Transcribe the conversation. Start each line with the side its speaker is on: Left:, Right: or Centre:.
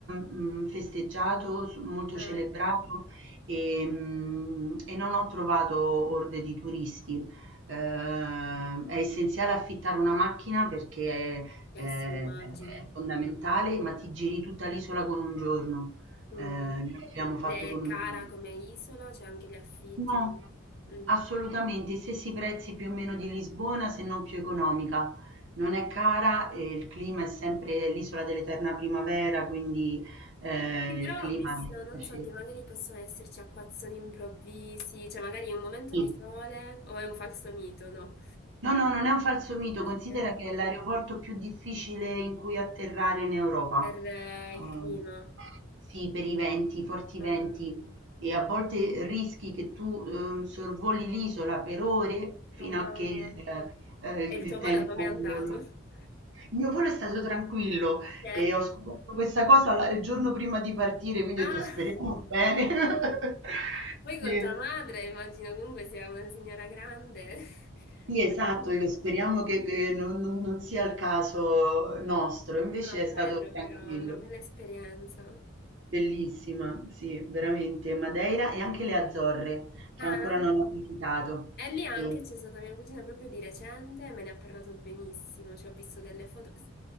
Right: mhmm, festeggiato, s molto
Left: Eh,
Right: celebrato, ehm, e non ho trovato orde di turisti. Ehm, è essenziale affittare una macchina perché,
Left: eh
Right: ehm,
Left: sì, immagino.
Right: è fondamentale, ma ti giri tutta l'isola con un giorno.
Left: Mm.
Right: Ehm, noi l'abbiamo fatto
Left: Ed è
Right: con
Left: cara
Right: un giorno.
Left: come isola, c'è anche gli affitti.
Right: No,
Left: del- Mm.
Right: assolutamente, i stessi prezzi più o meno di Lisbona, se non più economica. Non è cara e il clima è sempre l'isola dell'eterna primavera, quindi eh,
Left: Sì, però
Right: il clima
Left: ho visto,
Right: è
Left: non
Right: piacevole.
Left: so, che magari possono esserci acquazzoni improvvisi, cioè magari un momento
Right: Sì.
Left: di sole o è un falso mito, no?
Right: No, no, non è un falso mito,
Left: Ok.
Right: considera che è l'aeroporto più difficile in cui atterrare in Europa.
Left: Per eh, il
Right: Ehm,
Left: clima.
Right: sì, per i venti, i forti
Left: Ah,
Right: venti, e a volte rischi che tu ehm, sorvoli l'isola per ore fino
Left: Oh mamma.
Right: a che eh, eh, il,
Left: E il
Right: il
Left: tuo
Right: tempo...
Left: volo com'è andato?
Right: lo-
Left: <laughs>
Right: Il mio volo è stato tranquillo
Left: Ok.
Right: e ho scoperto questa cosa la- il giorno prima di partire, quindi
Left: Ah!
Right: ho detto speriamo bene. <laughs>
Left: Poi con
Right: Sì.
Left: tua madre, immagino comunque sia una signora grande.
Right: Sì,
Left: <laughs> Magari-
Right: esatto, io speriamo che, che non, non- non sia il caso nostro, invece
Left: Ah, bello
Right: è stato tranquillo.
Left: però, una bella esperienza.
Right: Bellissima, sì, veramente. Madeira e anche le Azzorre, che
Left: Ah,
Right: ancora non ho visitato.
Left: e lì anche
Right: E-
Left: c'è stata mia cugina proprio di recente, e me ne ha parlato benissimo, ci ho visto delle foto. S-